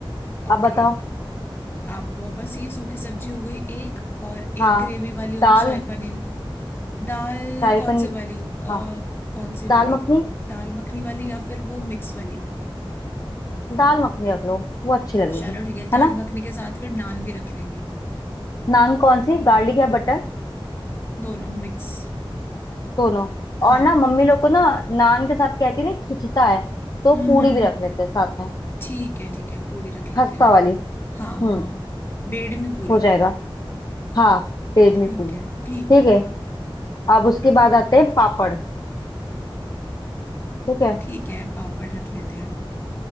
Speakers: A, on the left; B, on the left.
A: ओके
B: अब बताओ
A: आप बस ये सूखी सब्जी हो गई एक और
B: हाँ
A: एक ग्रेवी वाली होगी
B: दाल
A: शाही पनीर दाल
B: शाही
A: कौन
B: पनीर
A: सी वाली अ
B: हाँ
A: कौन सी
B: दाल
A: वाली
B: मखनी
A: दाल मखनी वाली या फिर वो मिक्स वाली
B: दाल मखनी रख लो वो अच्छी लगेगी
A: चलो ठीक है दाल
B: है ना
A: मखनी के साथ फिर नान भी रख लेंगे
B: नान कौन सी गार्लिक या बटर
A: दोनों मिक्स
B: दोनों
A: हाँ
B: और ना मम्मी लोग को ना नान के साथ कहती है ना खिंचता है तो
A: हम्म
B: पूरी
A: हम्म,
B: भी रख लेते हैं साथ में
A: ठीक है ठीक है पूरी रख लेते
B: खस्ता
A: हैं
B: वाली
A: हाँ
B: हम्म
A: हाँ बेड़मी पूरी
B: हो जाएगा हाँ पेट
A: ठीक
B: में पूरी
A: है
B: ठीक
A: ठीक है
B: है अब उसके बाद आते हैं पापड़ ठीक है
A: ठीक है पापड़ रख लेते हैं